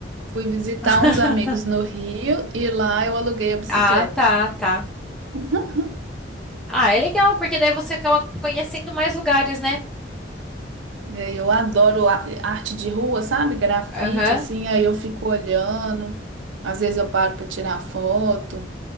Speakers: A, on the right (about 85°); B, in the centre.
A: Fui visitar
B: <laughs>
A: uns amigos no Rio e lá eu aluguei a bicicleta.
B: Ah, tá, tá.
A: <laughs>
B: Ah, é legal, porque daí você acaba conhecendo mais lugares, né?
A: E aí Eu adoro a- arte de rua, sabe? Grafite,
B: Aham.
A: assim, aí eu fico olhando. Às vezes eu paro para tirar foto.